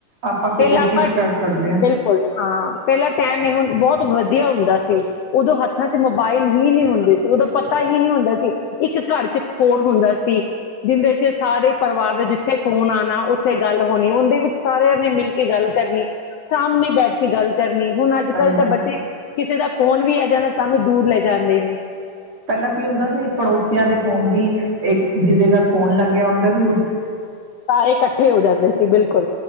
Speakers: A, on the right; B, on the left.
A: ਆਪਾਂ
B: ਪਹਿਲਾਂ,
A: ਕੋਸ਼ਿਸ਼
B: ਆਪਾਂ
A: ਕਰ ਸਕਦੇ ਹਾਂ।
B: ਬਿਲਕੁਲ ਹਾਂ ਪਹਿਲਾਂ ਟੈਮ ਇਹ ਹੁ ਬਹੁਤ ਵਧੀਆ ਹੁੰਦਾ ਸੀ ਉਦੋਂ ਹ ਰਾਂ ਚ ਮੋਬਾਇਲ ਵੀ ਨੀਂ ਹੁੰਦੇ ਸੀ। ਉਹਦੋਂ ਪਤਾ ਈ ਕੀ ਨੀ ਹੁੰਦਾ ਸੀ, ਇੱਕ ਘਰ ਚ ਫੋਨ ਹੁੰਦਾ ਸੀ, ਜਿੰਦੇ ਚ ਸਾਰੇ ਪਰਿਵਾਰ ਦੇ ਜਿੱਥੇ ਫੋਨ ਆਣਾ, ਉੱਥੇ ਗੱਲ ਹੋਣੀ ਓਂਦੇ ਵਿੱਚ ਸਾਰਿਆ ਨੇ ਮਿਲ ਕੇ ਗੱਲ ਕਰਨੀ ਸਾਹਮਣੇ ਬੈਠ ਕੇ ਗੱਲ ਕਰਨੀ। ਹੁਣ ਅੱਜ
A: ਸਹੀ
B: ਕੱਲ੍ਹ ਤਾਂ
A: ਗੱਲ
B: ਬੱਚੇ,
A: ਹੈ।
B: ਕਿਸੇ ਦਾ ਫੋਨ ਵੀ ਆ ਜਾਂਣਾ ਤਾਂ ਵੀ ਦੂਰ ਲੈ ਜਾਂਦੇ ਨੇ
A: ਪਹਿਲਾਂ ਕੀ ਹੁੰਦਾ ਸੀ ਪੜੋਸੀਆਂ ਦੇ ਫੋਨ ਵੀ ਜਿਹਦੇ ਘਰ ਫੋਨ ਲੱਗਿਆ ਹੁੰਦਾ ਸੀ ਓ
B: ਸਾਰੇ ਇਕੱਠੇ ਹੋ ਜਾਂਦੇ ਸੀ ਬਿਲ